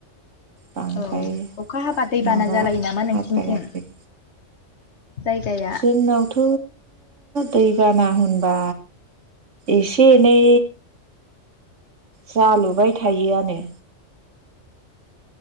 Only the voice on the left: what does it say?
औ अखा हाबा दैबाना
जालायो नामा नोंसिनिथिं।
जायगाया